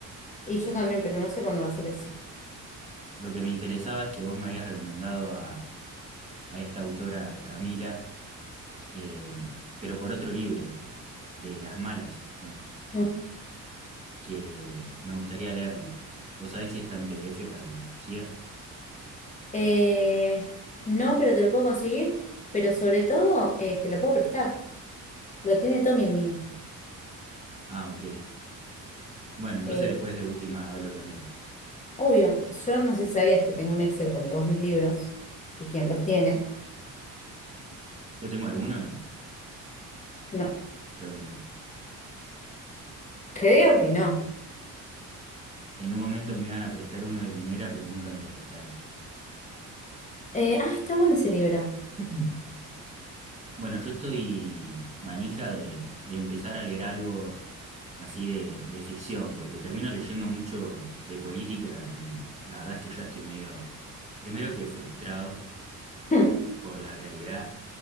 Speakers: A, on the left (about 25°); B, on the right (about 20°).
A: Y yo también, pero no sé cuándo va a ser eso.
B: Lo que me interesaba es que vos me habías recomendado a, a esta autora Camila, eh, pero por otro libro, de Las Malas, bueno,
A: Mm.
B: que me gustaría leerlo. ¿Vos sabés si está en PDF para que lo consiga?
A: Eh, no, pero te lo puedo conseguir, pero sobre todo eh, te lo puedo prestar. Lo tiene Tommy el mío.
B: Ah, ok. Bueno, entonces
A: Eh,
B: después de última hablo con él.
A: Obvio, yo no sé si sabías que tengo un Excel con todos mis libros y quién los tiene.
B: ¿Yo tengo alguno o no?
A: No,
B: Creo que no.
A: creo que no.
B: En un momento me iban a prestar uno de Linera, pero nunca me lo prestaron.
A: Eh, ah, está bueno ese libro. <laughs>
B: <clears throat> Bueno, yo estoy manija de, de empezar a leer algo así de, de ficción, porque termino leyendo mucho de política y la verdad es que ya estoy medio, primero que frustrado
A: Hmm,
B: por la realidad,